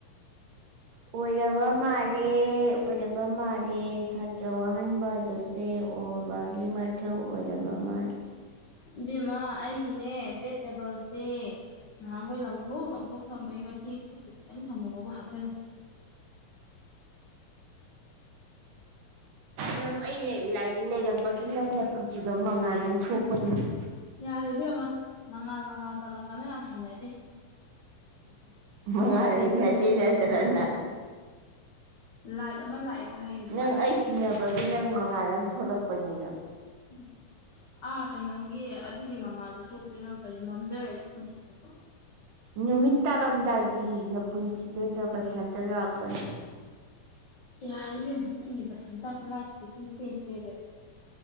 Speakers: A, on the right; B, on the left.
A: ꯑꯣꯏꯔꯕ ꯃꯥꯜꯂꯦ ꯑꯣꯏꯔꯕ ꯃꯥꯜꯂꯦ ꯁ ꯇ꯭ꯔꯥ ꯋꯥꯍꯟꯕ ꯍꯥꯏꯕꯁꯦ ꯑꯣꯖꯥꯒꯤ ꯃꯊꯧ ꯑꯣꯏꯔꯕ ꯃꯥꯂꯦ꯫
B: ꯏꯕꯦꯝꯃꯥ ꯑꯩꯒꯤꯅꯦ ꯚꯦꯠ ꯇꯦꯕꯜꯁꯦ ꯅꯍꯥꯟꯈꯣꯏ ꯂꯪꯊꯣꯛ ꯂꯪꯊꯣꯛ ꯊꯝꯕꯒꯤ ꯉꯁꯤ ꯈꯨꯠꯇ ꯈꯤꯇꯪ ꯊꯝꯃꯨꯕꯕꯨ ꯍꯥꯒꯠꯆꯩ
A: ꯅꯪ ꯑꯩ ꯂꯥꯏꯟ ꯂꯩꯔꯝꯕꯒꯤ ꯅꯪ ꯅꯄꯨꯟꯁꯤꯗꯣ ꯃꯉꯥꯜ ꯑꯃ ꯊꯣꯛꯄꯅꯤ ꯅꯪ
B: ꯌꯥꯔꯦ ꯏꯕꯦꯝꯃ ꯃꯉꯥꯜ ꯃꯉꯥꯜ ꯄꯜꯂꯛꯀꯅꯣ ꯌꯥꯝ ꯍꯩꯅꯗꯦ
A: ꯃꯉꯥꯜ ꯍꯩꯅꯗꯦ ꯅꯠꯇ꯭ꯔꯥ ꯅꯪ꯫
B: ꯂꯥꯏꯠ ꯑꯃ ꯂꯥꯛꯑꯦꯒ ꯍꯥꯏꯌꯨ ꯑꯗꯨꯃꯥꯏꯅ
A: ꯅꯪ ꯑꯩ ꯇꯤꯟꯅꯕꯒꯤ ꯅꯪ ꯃꯉꯥꯜ ꯑꯃ ꯊꯣꯛꯂꯛꯄꯅꯤ ꯅꯪ
B: ꯎꯝ ꯑꯥ ꯀꯩꯅꯣꯒꯤ ꯑꯗꯨꯒꯤ ꯃꯉꯥꯜꯗꯨ ꯊꯣꯛꯇꯣꯏ ꯃꯛꯇꯗꯤ ꯃꯝꯖꯔꯒꯦ ꯄꯨꯟꯁꯤ ꯆꯨꯞꯄ <unintelligible>
A: ꯅꯨꯃꯤꯠ ꯇꯥꯔꯝꯗꯥꯏꯒꯤ ꯅꯄꯨꯟꯁꯤꯗꯨꯗ ꯕꯁꯟꯇ ꯂꯥꯛꯄꯅꯤ
B: ꯌꯥꯔꯦ ꯏꯕꯦꯝꯃ ꯅꯪꯒꯤ ꯕꯁꯟꯇ ꯈꯨꯂꯥꯛꯁꯦ ꯄꯨꯡ ꯄꯦꯟ ꯄꯦꯜꯂꯦ